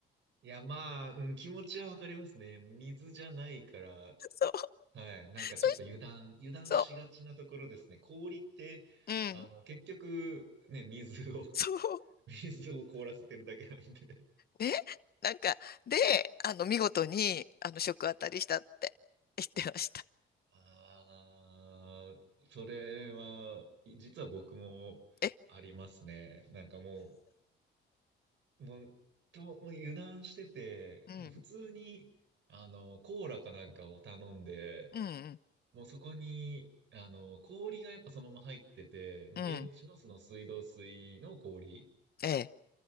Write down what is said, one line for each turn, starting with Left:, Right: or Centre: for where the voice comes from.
Right: いや、まあ、うん、気持ちはわかりますね。水じゃないから、
Left: <laughs> そう、
Right: はい。なんかちょっと油断、
Left: そし、
Right: 油断しがちなところですね。
Left: そ
Right: 氷って、
Left: う、うん、
Right: あの、結局、ね、水を
Left: そう、
Right: <laughs> 水を凍らせてるだけなんで。
Left: ね、なんか、で、あの、見事に、あの、食当たりしたって言ってました。
Right: ああ、それは、い実は僕もありますね。
Left: え、
Right: なんかもう、もう、と、もう油断してて、
Left: うん、
Right: もう普通に、あの、コーラかなんかを頼んで、
Left: うん、
Right: もうそこに、あの、氷がやっぱそのまま入ってて、もう現地のその水道水の氷
Left: うん、うん、ええ、